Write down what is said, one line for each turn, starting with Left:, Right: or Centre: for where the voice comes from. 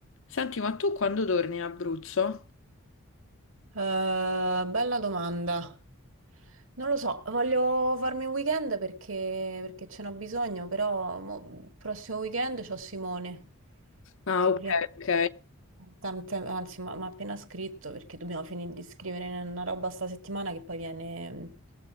Left: Senti, ma tu quando torni in Abruzzo?
Right: Eh, bella domanda. Non lo so, voglio farmi un weekend perché, perché ce n'ho bisogno, però mo- il prossimo weekend c'ho Simone
Left: Ah,
Right: che
Left: ok,
Right: viene,
Left: ok.
Right: tante- anzi mi ha appena scritto perché dobbiamo finire di scrivere una roba sta settimana che poi viene mm,